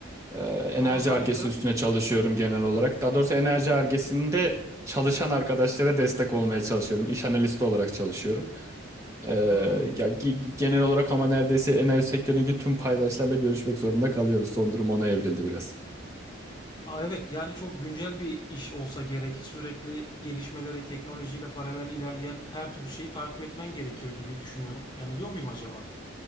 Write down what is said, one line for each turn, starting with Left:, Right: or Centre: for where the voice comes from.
Right: Ee, enerji
Left: Aa harika.
Right: argesi üstüne çalışıyorum genel olarak. Daha doğrusu enerji argesinde çalışan arkadaşlara destek olmaya çalışıyorum. İş analisti olarak çalışıyorum. Ee,
Left: Hmm.
Right: ya ge- genel olarak ama neredeyse enerji sektöründeki tüm paydaşlarla görüşmek zorunda kalıyoruz. Son durum ona evrildi biraz.
Left: Aa evet yani çok güncel bir iş olsa gerek. Sürekli gelişmeleri teknolojiyle paralel ilerleyen her türlü şeyi takip etmen gerekiyor gibi düşünüyorum. Yanılıyor muyum acaba?